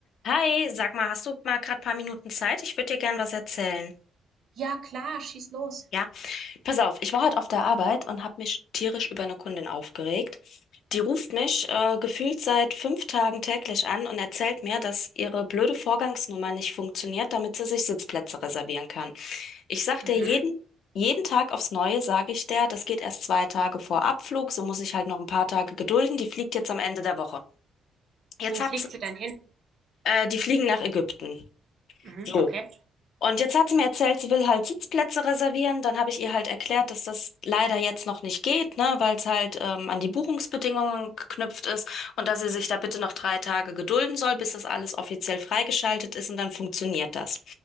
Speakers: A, on the left (about 70°); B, on the right (about 60°).
A: Hi, sag mal, hast du mal gerade paar Minuten Zeit? Ich würde dir gern was erzählen.
B: Ja klar, schieß los.
A: Ja, pass auf, ich war heute auf der Arbeit und habe mich tierisch über eine Kundin aufgeregt. Die ruft mich äh, gefühlt seit fünf Tagen täglich an und erzählt mir, dass ihre blöde Vorgangsnummer nicht funktioniert, damit sie sich Sitzplätze reservieren kann. Ich sag
B: Mhm.
A: dir jeden, jeden Tag aufs Neue, sage ich der, das geht erst zwei Tage vor Abflug, so muss ich halt noch ein paar Tage gedulden. Die fliegt jetzt am Ende der Woche. Jetzt
B: Wo
A: hat's,
B: fliegt sie denn hin?
A: äh, die fliegen nach Ägypten.
B: Mhm,
A: So.
B: okay.
A: Und jetzt hat sie mir erzählt, sie will halt Sitzplätze reservieren. Dann habe ich ihr halt erklärt, dass das leider jetzt noch nicht geht, ne, weil es halt ähm, an die Buchungsbedingungen geknüpft ist und dass sie sich da bitte noch drei Tage gedulden soll, bis das alles offiziell freigeschaltet ist und dann funktioniert das.